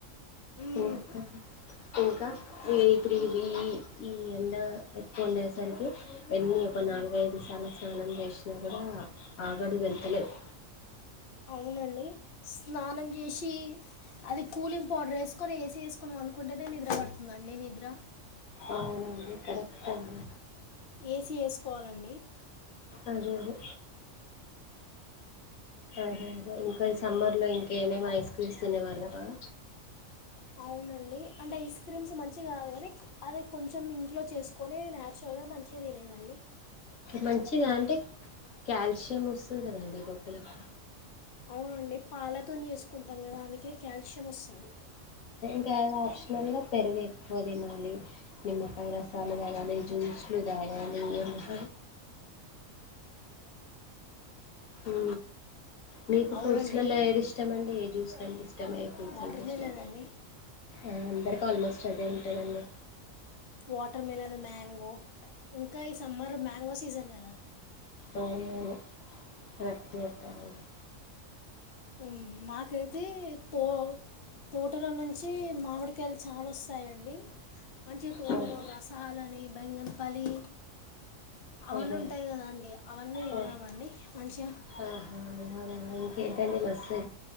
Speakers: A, on the left (about 50°); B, on the left (about 85°).
A: మ్మ్.
B: ఏం కర్రీ ఇంకా ఈ ఇప్పుడు ఇది ఈ ఎండ ఎక్కువ ఉండేసరికి ఎన్నీ ఎకున్నా నాలుగైదు తల స్నానం చేసినా కూడా ఆగడి వెళ్తలేద్
A: అవునండి స్నానం చేసి చ్చి అది కూలింగ్ పౌడర్ వేసుకొని ఏసీ వేసుకొని పనుకుంటేనే నిద్ర పడుతుందండి నిద్ర
B: అవునండి కరెక్ట్ అండి
A: ఏసీ ఎసుకోవాలండి
B: అదే అదే అదే ఇగ ఇంకా సమ్మర్ లో ఇంకేమేమ్ ఐస్ పిలుస్తుండే వాలా బావ
A: అవునండి అంటే ఐస్ క్రీమ్స్ మంచిగా కాదు కానీ అది కొంచెం ఇంట్లో చేసుకొని న్యాచురల్గా మంచిగా తినేదండి
B: మంచిద అంటే కాయాల్షియం వస్తుంది కదండి బొక్కలక్క
A: అవునండి పాలతోని చేేసుకుంటాం కదా అందుకే కాయాల్షియం వస్తది
B: ఇగ అది ఆప్షనల్ గా పెరుగు ఎక్కువ తినాలి నిమ్మకాయ రసాలు తాగాలి జ్యూస్లు తాగాలి ఎమాహ ఊ మీకు
A: అవునండి.
B: ఫ్రూట్స్లలో ఏది ఇష్టం అండి ఏ జ్యూస్లు అంటే ఇష్టం ఏ ఫ్రూట్స్
A: వాటర్
B: అంటే
A: మిలన్
B: ఇష్టం
A: అండి.
B: ఆ అందరికిీ ఆల్మోస్ట్ అదే ఉంటదండి
A: వాటర్మిలన్ మ్యాంగో ఇంకా ఈ సమ్మర్ మ్యాంగో సీజన్ కదా
B: అవునవును కరెక్ట్ చేపినవ్ నువు
A: ఊ మాకైతే తో తోటలో నుంచి మామిడికాయలు చాలా వస్ వస్తాయండి మంచిగా తోటలో
B: మ్మ్. అవును.
A: రసాలని బెంగనపలి అవన్నీ
B: అదే
A: ఉంటాయి కదండి అవన్నీ తిన్నామండి
B: ఓ
A: మంచిగా
B: ఆహా ఇంకేంటండి మస్త